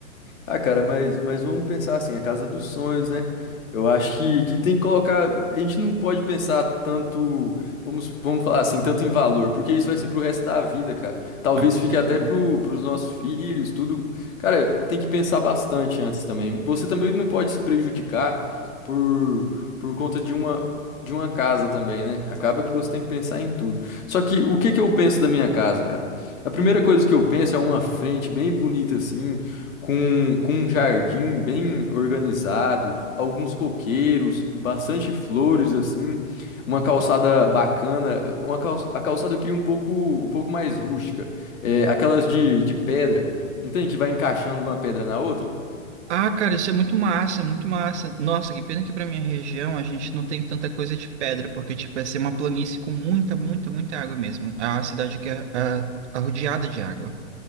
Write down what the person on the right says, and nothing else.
Ah, com
certeza.
Ah, cara, isso é muito massa, é muito massa. Nossa, que pena que pra minha região a gente não tem tanta coisa de pedra, porque, tipo, ia ser uma planície com muita, muita, muita água mesmo. A cidade que é ah, arrodeada de água.